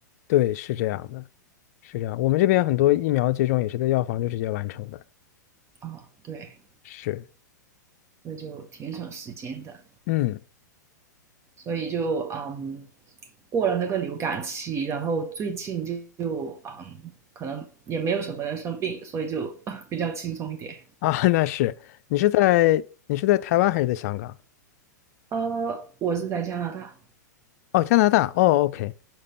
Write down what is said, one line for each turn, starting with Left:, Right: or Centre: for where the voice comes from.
Left: 对，是这样的，是这样。我们这边很多疫苗接种也是在药房就直接完成的。
Right: 哦，对，
Left: 是，
Right: 那就挺省时间的，
Left: 嗯
Right: 所以就嗯，过了那个流感期，然后最近就嗯，可能也没有什么人生病，所以就 <laughs> 比较轻松一点。
Left: 啊，<laughs> 那是你是在你是在台湾还是在香港？
Right: 呃，我是在加拿大。
Left: 哦，加拿大。哦，OK，